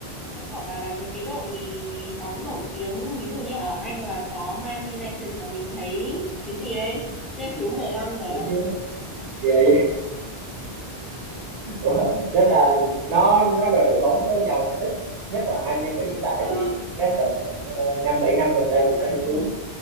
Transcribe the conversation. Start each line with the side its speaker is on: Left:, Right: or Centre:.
Centre: Nãy cậu bảo là mấy cái đội bóng nổi tiếng, ví dụ như ở Anh là có Man United mà mình thấy cái gì đây? Xếp thứ mười lăm nè.
Right: đứng thứ về <laughs> Ủa, tức là nó nó là đội bóng có giàu thành tích nhất là Anh nhưng mà hiện tại
Centre: Ờ.
Right: thì các tầm khoảng ờ, năm bảy năm gần đây thì nó đi
Centre: Ừ.
Right: xuống